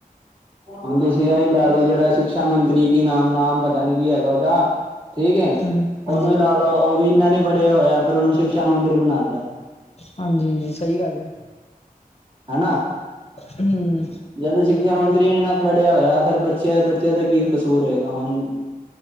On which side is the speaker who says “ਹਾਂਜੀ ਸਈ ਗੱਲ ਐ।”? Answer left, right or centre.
Left